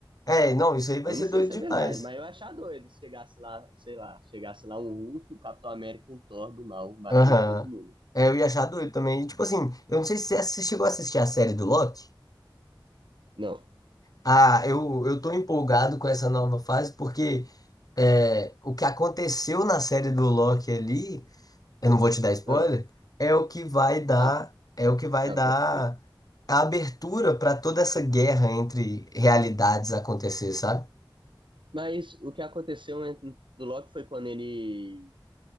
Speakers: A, on the left; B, on the right.
A: É, não, isso aí vai
B: Aí Eu
A: ser
B: não sei
A: doido
B: se é verdade,
A: demais.
B: mas eu ia achar doido se chegasse lá, sei lá, chegasse lá um Hulk, o Capitão América, um Thor do mal, batendo
A: Aham.
B: em todo mundo.
A: É, eu ia achar doido também. E, tipo assim, eu não sei se você assi- chegou a assistir a série do Loki.
B: Não.
A: Ah, eu, eu tô empolgado com essa nova fase porque é, o que aconteceu na série do Loki ali, eu não vou te dar spoiler,
B: Ah,
A: é o que vai dar,
B: ah,
A: é o que vai
B: ah,
A: dar
B: pode crer.
A: a abertura para toda essa guerra entre realidades acontecer, sabe?
B: Mas o que aconteceu né, do Loki foi quando ele